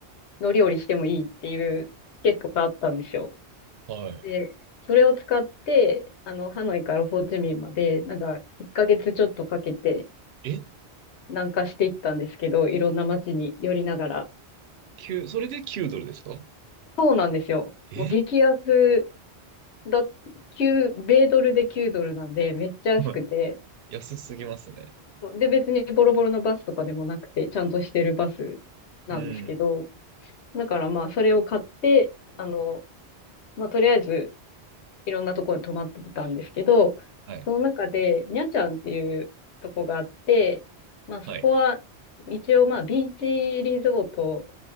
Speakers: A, on the left; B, on the right.
A: の料理してもいいっていうチケットがあったんですよ。
B: はい。
A: で、それを使って、あの、ハノイからホーチミンまで、なんか、1ヶ月ちょっとかけて
B: え
A: 南下していったんですけど、いろんな街に寄りながら。
B: ?9、それで9ドルですか
A: そうなんですよ。
B: え
A: もう激安だ、9、米ドルで9ドルなんで、めっちゃ安くて、
B: はい <laughs> 安すぎますね。
A: そうで、別にボロボロのバスとかでもなくて、ちゃんとしてるバスなんですけど、
B: うん。
A: だからまあ、それを買って、あの、まあ、とりあえず、いろんなところに泊まってたんですけど、
B: はい。
A: その中で、にゃちゃんっていうとこがあって、まあそこは、
B: はい。
A: 一応まあビーチリゾート